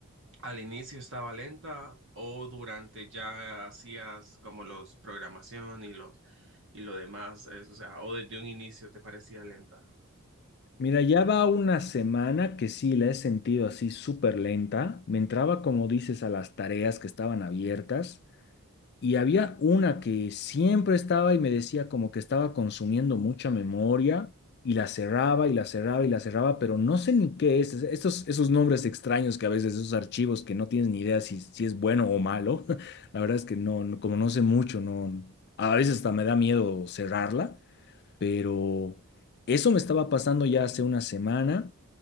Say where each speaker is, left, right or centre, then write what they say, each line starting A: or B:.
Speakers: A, on the right; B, on the left.
A: al inicio estaba lenta o durante ya hacías como los programación y los y lo demás, es, o sea, o desde un inicio te parecía lenta.
B: Mira, ya va una semana que sí la he sentido así súper lenta. Me entraba, como dices, a las tareas que estaban abiertas. Y había una que siempre estaba y me decía como que estaba consumiendo mucha memoria y la cerraba y la cerraba y la cerraba, pero no sé ni qué es. es- Estos, esos nombres extraños que a veces, esos archivos que no tienes ni idea si, si es bueno o malo, <laughs> la verdad es que no, no- como no sé mucho, no, a veces hasta me da miedo cerrarla, pero eso me estaba pasando ya hace una semana.